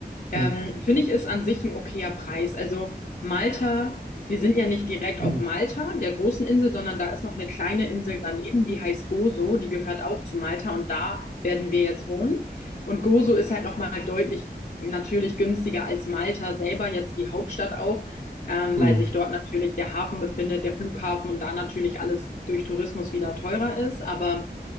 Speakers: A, on the left; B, on the right.
A: Ähm,
B: Hm,
A: finde ich, ist an sich ein okayer Preis. Also Malta, wir sind ja nicht direkt
B: hm,
A: auf Malta, der großen Insel, sondern da ist noch eine kleine Insel daneben, die heißt Gozo, die gehört auch zu Malta und da werden wir jetzt wohnen. Und Gozo ist halt nochmal deutlich natürlich günstiger als Malta selber, jetzt die Hauptstadt auch, ähm,
B: hm,
A: weil sich dort natürlich der Hafen befindet, der Flughafen und da natürlich alles durch Tourismus wieder teurer ist. Aber